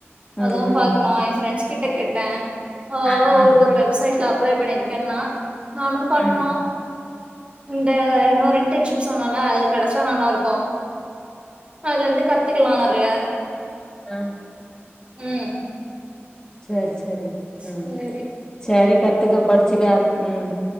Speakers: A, on the left (about 20°); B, on the right (about 25°).
A: ம்
B: அதுவு
A: ம்
B: பாக்கணு எ ஃப்ரெண்ட்ஸ் கிட்ட கேட்ட அவ
A: ஆ
B: அவ
A: ஆ
B: ஒரு ஒரு வெப்சைட்ல அப்ளை பண்ணியிருக்கன்னா நானு பண்ணனு
A: ம்
B: இந்த இன்னொரு இன்டன்ஷிப் சொன்னல அது கெடைச்சா நல்லா இருக்கு அதுலருந்து கத்துக்கலா நறைய
A: அ
B: ம்
A: சரி சரி ம்
B: சேரி
A: சரி கத்துக்க படிச்சுக்க ம்